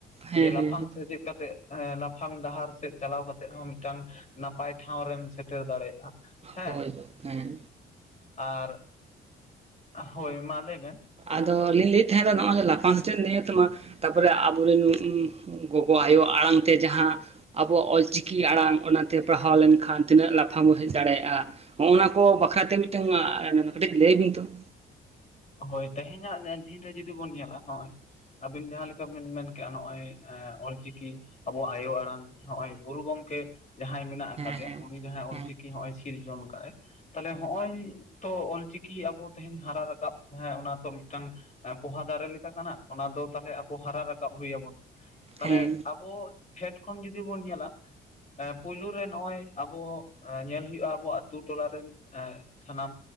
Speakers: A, on the right; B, on the left.
A: ᱦᱮᱸ
B: ᱡᱮ ᱞᱟᱯᱷᱟᱝ
A: ᱦᱮᱸ ᱦᱮᱸ
B: ᱥᱮᱪᱮᱫ ᱠᱟᱛᱮᱜ ᱦᱮᱸ ᱞᱟᱯᱷᱟᱝ ᱰᱟᱦᱟᱨ ᱥᱮᱫ ᱪᱟᱞᱟᱣ ᱠᱟᱛᱮ ᱦᱚᱸ ᱢᱤᱫᱴᱟᱝ ᱱᱟᱯᱟᱭ ᱴᱷᱟᱶ ᱨᱮᱢ ᱥᱮᱴᱮᱨ ᱫᱟᱲᱮᱭᱟᱜᱼᱟ ᱾ ᱦᱮᱸ
A: ᱦᱳᱭ ᱦᱮᱸ
B: ᱟᱨ ᱦᱳᱭ ᱢᱟ ᱞᱮ ᱵᱮᱱ
A: ᱟᱫᱚ ᱞᱤᱧ ᱞᱟᱹᱭᱮᱫ ᱛᱟᱦᱮᱸᱱᱟ ᱱᱚᱜᱼᱚᱭ ᱞᱟᱯᱷᱟᱝ ᱥᱮᱪᱮᱫ ᱱᱤᱭᱟᱹ ᱛᱮ ᱢᱟ ᱛᱟᱯᱚᱨᱮ ᱟᱵᱚᱨᱮᱱ <unintelligible> ᱜᱚᱜᱚ ᱟᱭᱳ ᱟᱲᱟᱝᱛᱮ ᱡᱟᱦᱟᱸ ᱟᱵᱚᱣᱟᱜ ᱚᱞᱪᱤᱠᱤ ᱟᱲᱟᱝ ᱚᱱᱟᱛᱮ ᱯᱟᱲᱦᱟᱣ ᱞᱮᱱᱠᱷᱟᱱ ᱛᱤᱱᱟᱹᱜ ᱞᱟᱯᱷᱟᱝ ᱵᱚᱱ ᱦᱮᱡ ᱫᱟᱲᱮᱭᱟᱜᱼᱟ ᱦᱚᱜᱼᱱᱟ ᱠᱚ ᱵᱟᱠᱷᱨᱟᱛᱮ ᱢᱤᱫᱴᱟᱝ ᱠᱟᱹᱴᱤᱡ ᱞᱟᱹᱭ ᱵᱤᱱ ᱛᱚ ᱾
B: ᱦᱳᱭ ᱛᱮᱦᱮᱧᱟᱜ ᱫᱤᱱ ᱨᱮ ᱡᱩᱫᱤ ᱵᱚᱱ ᱧᱮᱞᱟ ᱦᱚᱜᱼᱚᱭ ᱟᱵᱤᱱ ᱡᱟᱦᱟᱸᱞᱮᱠᱟ ᱵᱤᱱ ᱢᱮᱱᱠᱮᱜᱼᱟ ᱱᱚᱜᱼᱚᱭ ᱚᱞᱪᱤᱠᱤ ᱟᱵᱚᱣᱟᱜ ᱟᱭᱳ ᱟᱲᱟᱝ ᱱᱚᱜᱼᱚᱭ ᱜᱩᱨᱩ ᱜᱚᱝᱠᱮ ᱡᱟᱦᱟᱸᱭ ᱢᱮᱱᱟᱜ
A: ᱦᱮᱸ
B: ᱟᱠᱟᱫᱮᱭᱟ ᱩᱱᱤ ᱡᱟᱦᱟᱸᱭ
A: ᱦᱮᱸ
B: ᱚᱞᱪᱤᱠᱤ ᱱᱚᱜ-ᱚᱭ ᱥᱤᱨᱡᱚᱱ ᱠᱟᱜ ᱮ ᱛᱟᱦᱚᱞᱮ ᱦᱚᱜᱼᱚᱭ ᱛᱚ ᱚᱞᱪᱤᱠᱤ ᱟᱵᱚ ᱛᱮᱦᱮᱧ ᱦᱟᱨᱟ ᱨᱟᱠᱟᱵ ᱦᱮᱸ ᱚᱱᱟ ᱛᱚ ᱢᱤᱫᱴᱟᱝ ᱯᱚᱦᱟ ᱫᱟᱨᱮ ᱞᱮᱠᱟ ᱠᱟᱱᱟ ᱚᱱᱟ ᱫᱚ ᱛᱟᱦᱚᱞᱮ ᱟᱵᱚ ᱦᱟᱨᱟ ᱨᱟᱠᱟᱵ ᱦᱩᱭᱟᱵᱚᱱᱟ ᱛᱟᱦᱚᱞᱮ
A: ᱦᱮᱸ ᱦᱮᱸ
B: ᱟᱵᱚ ᱯᱷᱮᱰ ᱠᱷᱚᱱ ᱡᱩᱫᱤ ᱵᱚᱱ ᱧᱮᱞᱟ ᱯᱩᱭᱞᱩ ᱨᱮ ᱱᱚᱜᱼᱚᱭ ᱟᱵᱚ ᱧᱮᱞ ᱦᱳᱭᱳᱜᱼᱟ ᱟᱵᱚ ᱟᱛᱳ ᱴᱚᱞᱟ ᱨᱮᱱ ᱮᱸ ᱥᱟᱱᱟᱢ